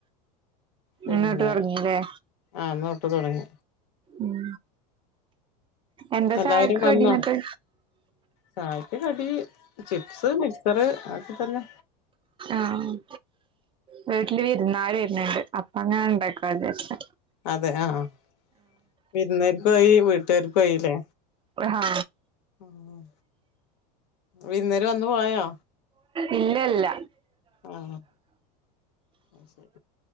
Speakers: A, on the left (about 75°); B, on the right (about 25°).
A: പിന്നെ
B: ഇന്നട്ട് തൊടങ്ങീല്ലേ
A: ആന്നോട്ട് തൊടങ്ങി.
B: ഉം എന്താ
A: എല്ലാവരും
B: ചായക്ക് കടി
A: വന്നോ
B: ന്ന്ട്ട്
A: ചായക്ക് കടി ചിപ്സ് മിക്സർ അതൊക്കെ തന്നെ
B: ആഹ് ആഹ് വീട്ടില് വിര്ന്നാര് വെര്ന്നുണ്ട് അപ്പ അങ്ങനെണ്ടാക്കാ വിചരിച്ച്
A: അതെ ആഹ് അഹ് വിരുന്നേര്ക്കു ആയി വീട്ടാർക്കു ആയില്ലേ?
B: പ്രഹാ
A: ഉം വിര്ന്നാര് വന്ന് പോയോ?
B: ഇല്ലല്ല
A: ആഹ് അത് ശരി